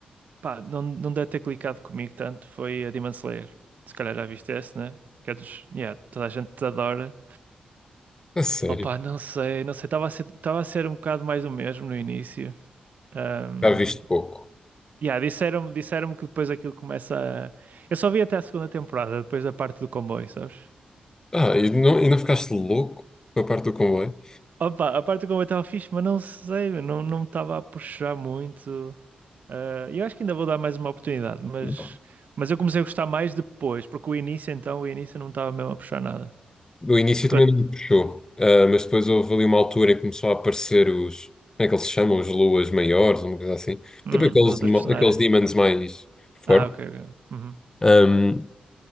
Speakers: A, on the right; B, on the left.
A: pá, não, não deve ter clicado comigo tanto foi a Demon Slayer. Se calhar já viste esse, né? Que é dos. Yeah, toda a gente te adora.
B: A sério.
A: Opa, não sei, não sei, estava a ser, estava a ser um bocado mais o mesmo no início. Ahm,
B: Já viste pouco.
A: yeah, disseram-me, disseram-me que depois aquilo começa a... Eu só vi até a segunda temporada, depois da parte do comboio, sabes?
B: Ah, e não, e não ficaste louco com a parte do comboio?
A: Opa, a parte do comboio estava fixe, mas não sei, meu, não, não me estava a puxar muito. Ah, eu acho que ainda vou dar mais uma oportunidade, mas,
B: Não.
A: mas eu comecei a gostar mais depois, porque o início então, o início não me estava mesmo a puxar nada.
B: No início
A: Porque
B: também
A: eu-
B: não me puxou. Ah, mas depois houve ali uma altura em que começou a aparecer os. Como é que eles se chamam? Os luas maiores, uma coisa assim.
A: hum,
B: Tipo aqueles,
A: as outras
B: demo-
A: personagens...
B: aqueles demons mais fortes.
A: Ah, ok, ok. Uhum.
B: Ahm,